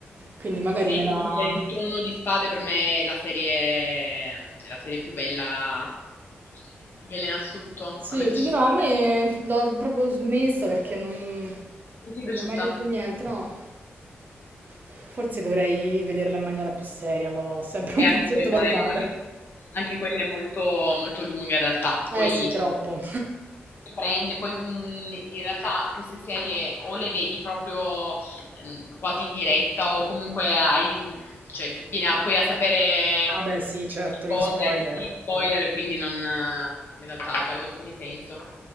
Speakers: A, on the right; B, on the left.
A: quindi magari
B: Eh,
A: me
B: tipo
A: la...
B: il, il Trono di Spade per me è la serie, è la serie più bella, più bella in assoluto.
A: Sì,
B: A me è piaciuta
A: ti dirò,
B: veramente.
A: a me l'ho proprio smessa perché non, non
B: Non ti è piaciuta?
A: mi ha mai detto niente, no? Forse dovrei vederla in maniera più seria, l'ho sempre
B: E
A: un po'
B: anche
A: sottovalutata.
B: quella è, mol- anche quella è molto, molto lunga in realtà.
A: Eh
B: Poi
A: sì, troppo.
B: ti prende, poi mm, in realtà queste serie o le vedi proprio ehm, quasi in diretta o comunque hai, cioè, vieni a- poi a sapere
A: Ah beh, sì, certo,
B: cose,
A: gli spoiler.
B: anche di spoiler, quindi non, eh, in realtà perde un po' di senso.